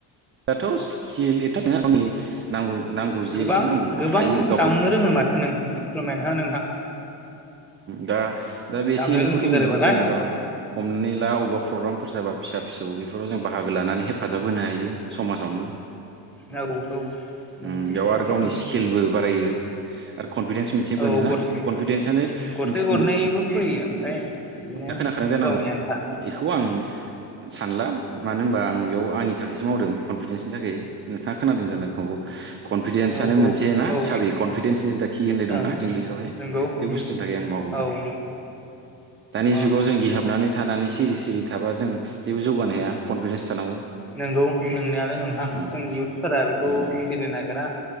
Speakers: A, on the right; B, in the centre.
A: दाथ स्किल एथ आंनि नांगौ नांगौ जे
B: गोबां
A: एसे नांगौ बेखौ
B: गोबां
A: हायो गावखौ
B: दामनो रोङो माथो नों इन्सट्रुमेन्ट हो नोंथां
A: दा दा बे एसे
B: दामनो
A: एनैखौ
B: रोंसोगारोबालाय
A: रोंनायाव जेनेबा हमनानै ला अबेबा प्रग्रामफोर जाबा फिसा फिसौ बेफोराव जों बाहागो लानानै हेफाजाब होनो हायो। समाजावनो
B: औ औ
A: ओ
B: नोंगौ
A: बेयाव आरो
B: उम
A: गावनि स्किलबो बारा बायो आरो कनफिदेन्स मोनसे
B: औ
A: मोनोना
B: गरसे
A: कनफिदेन्सआनो
B: उम गरसे
A: मोनसे
B: गरनैबो फैयो ओमफ्राय बिदिनो
A: खोनाखादों जानांगौ
B: गावनि आन्था
A: इखौ आं सानला मानो होनबा आं बेयाव आंनि थाखायसो मावदों कनफिदेन्सनि थाखाय नोंथाङा खोनादों जानो हागौ। कनफिडेन्सानो
B: औ
A: मोनसे
B: औ
A: ना
B: औ
A: साबि कनफिडेन्स इस खि होननाय दंना
B: ओं
A: इंलिसावहाय
B: नंगौ
A: बे
B: उम
A: बुस्थुनि थाखाय आं मावदों माने
B: औ
A: दानि
B: अ
A: जुगाव जों गिहाबनानै थानानैस सिरि सिरि थाबा जों जेबो जौगानो हाया कनफिडेन्स थानांगौ
B: नंगौ नोंनायालाय नोंथां
A: उम
B: जों इयुथफोरा बेखौ
A: उम
B: बुजिनो नागिरा।